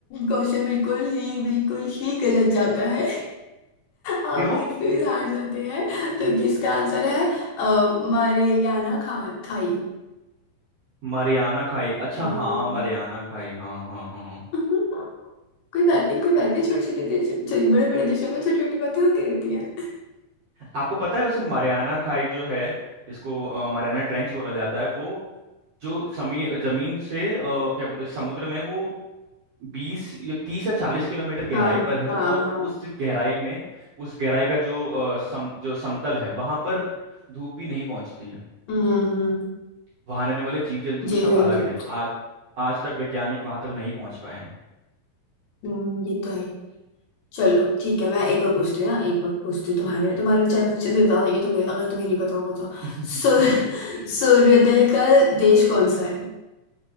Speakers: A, on the left (about 75°); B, on the right (about 60°).
A: क्वेश्चन बिल्कुल ही बिल्कुल ही गलत जाता है आप
B: क्यों
A: ये क्विज हार जाते हैं तो इसका आंसर है अ, मरेलियाना खा खाई
B: मरियाना खाई अच्छा
A: हाँ
B: हाँ मरियाना खाई हाँ हाँ हाँ हाँ।
A: <laughs> कोई बात नहीं कोई बात नहीं छोटे छोटे देशों सॉरी बड़े बड़े देशों में छोटी छोटी बातें होती रहती है
B: आपको पता है वैसे मरियाना खाई जो है जिसको अ, मरियाना ट्रेंच बोला जाता है वो जो समी जमीन से अ, क्या बोलते हैं समुद्र में वो बीस या तीस या चालीस किलोमीटर गहराई
A: हाँ
B: पर है
A: हाँ
B: और
A: हाँ
B: उस गहराई में उस गहराई का जो अ, सम जो समतल है वहां पर धूप भी नहीं पहुंचती है
A: हम्म हम्म,
B: वहां रहने वाले जीव जंतु भी
A: जीवन
B: सब अलग
A: तो
B: हैं आज आज तक वैज्ञानिक वहां तक नहीं पहुंच पाए हैं
A: हम्म, ये तो है चलो ठीक है मैं एक और पूछती हूँ ना एक और पूछती हूँ तुम्हारे तुम्हारे बेचारे बच्चे भी बता देंगे तुम्हें अगर तुम्हें नहीं पता होगा तो
B: <laughs>
A: सूर्य सूर्योदय का देश कौन सा है